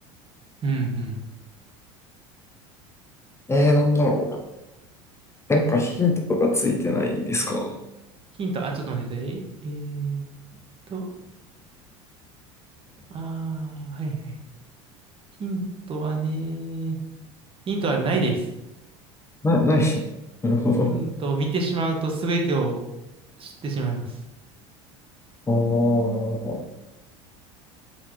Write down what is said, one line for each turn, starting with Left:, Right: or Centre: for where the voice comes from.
Right: うんうん
Left: えー、なんだろう。なんかヒントとかついてないですか
Right: ヒント、あ、ちょっと待ってください。えーっと、あー、はいはい。ヒントはね、ヒントはないです。
Left: な、ない。<laughs> なるほど。
Right: うんと、見てしまうと全てを知ってしまいます。
Left: ああ。